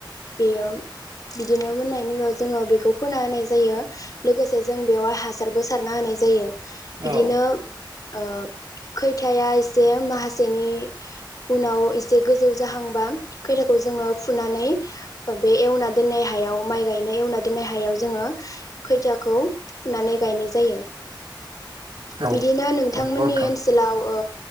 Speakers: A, on the left; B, on the right.
A: बेयो बिदिनो मोननायनि उनाव जोङो बेखौ फोना होनाय जायो लोगोसे जों बेवहाय हासारबो सारना होनाय जायो। बिदिनो
B: औ
A: ओ खैथाया एसे माखासेनि उनाव एसे गोजौ जाहांबा खैथाखौ जोङो फुनानै बे एवना दोननाय हायाव माइ गायनाय एवना दोननो हायाव जोङो खैथाखौ फुनानै गायनाय जायो।
B: औ
A: बिदिनो नोंथांमोननि
B: नंगौ नोंथां
A: ओनसोलाव ओ